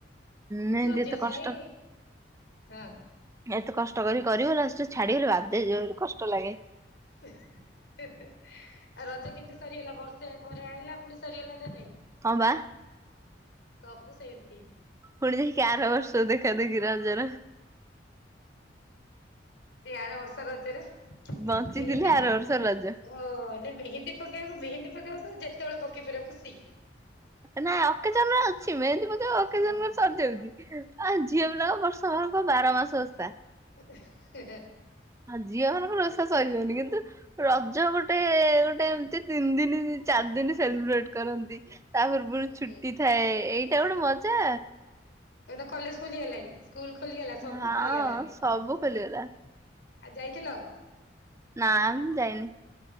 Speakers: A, on the right (about 15°); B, on the left (about 75°).
A: ମେହେନ୍ଦୀ
B: ରଜ
A: ଏତେ କଷ୍ଟ
B: ଯାଇ ହଁ
A: ଏତେ କଷ୍ଟ କରି କରିବୁ ଲାଷ୍ଟ ଚ୍ଛାଡ଼ି ଗଲେ ବାଦ ଯୋଉ କଷ୍ଟ ଲାଗେ
B: ହେ ହେ ଆଉ ରଜା କେମିତି ସରିଗଲା ବର୍ଷେ ପରେ ଆଇିଲା ପୁଣି ସରିଗଲା ନ ନାଇ
A: ହଁ ବା
B: ସବୁ ସେମତି
A: ପୁଣି ଯାଇକି ଆର ବର୍ଷ ଦେଖା ଦେେଖି ରଜର
B: ଆର ବର୍ଷ ରଜରେ
A: ବଞ୍ଚିଥିଲେ
B: ମେହେନ୍ଦୀ
A: ଆର
B: ଅ
A: ବର୍ଷ ରଜ।
B: ମେହେନ୍ଦୀ ପକେଇବାକୁ ମେହେନ୍ଦୀ ପକେଇକୁ ଯେତେବେଳେ ପକେଇ ପାରିବ ଖୁସି
A: ନାଇଁ ଅକଜନ ରେ ଅଛି ମେହେନ୍ଦୀ ପକେଇବ ଆକେଜନ
B: ହଁ
A: ସରିଯାଉଛି ଆଉ ଝିଅ ପିଲା ବର୍ଷ ତମର କ ବାର ମାସ ଓଷା
B: ହେହେ
A: ଆଉ ଜିଅ ମାନଙ୍କର ଓସା ସରିବନିି କିନ୍ତୁ ରଜ ଗୋଟେ ଗୋଟେ ଏମତି ତିନି ଦିନ ଚାରି ଦିନ ସେଲିବ୍ରେଟ କରନ୍ତି। ତା ପୂର୍ବରୁ
B: ହୁଁ।
A: ଛୁଟି ଥାଏ ଏଇଟା ଗୋଟେ ମଜା।
B: ଏ ତ କଲେଜ ଖୋଲିଗଲାଣି ସ୍କୁଲ ଖୋଲିଗଲା ସବୁ
A: ହଁ
B: ଖୋଲିଗଲାଣି
A: ସବୁ ଖୋଲିଗଲା
B: ଆଉ ଯାଇଥିଲ?
A: ନା ମୁ ଯାଇନି।